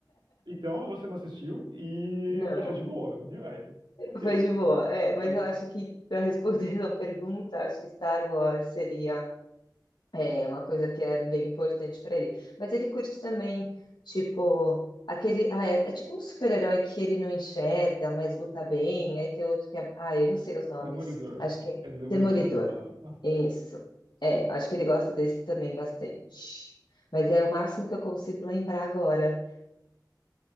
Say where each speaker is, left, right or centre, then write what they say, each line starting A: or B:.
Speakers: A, on the right; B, on the left.
A: então você não assistiu e
B: Não.
A: achou de boa, viu? Aí, ok,
B: Foi de boa, é, mas
A: ok.
B: eu acho que para responder <laughs> a pergunta, acho que Star Wars seria é, uma coisa que é bem importante para ele. Mas ele curte também, tipo, aquele. Ah, é, é tipo um super-herói que ele não enxerga, mas luta bem. Aí tem outro que é. Ah, eu não sei os nomes.
A: Demolidor.
B: Acho que é
A: É do Demolidor
B: Demolidor.
A: que tá falando.
B: Isso. É, acho que ele gosta desse também bastante. Mas é o máximo que eu consigo lembrar agora.